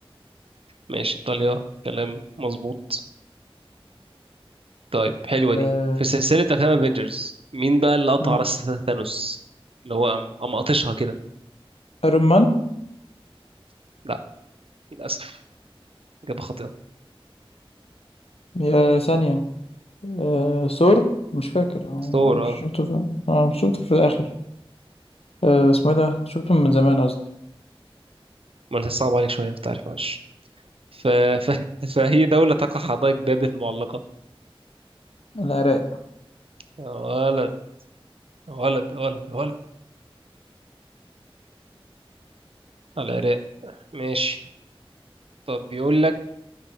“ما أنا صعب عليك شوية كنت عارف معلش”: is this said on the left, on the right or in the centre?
Right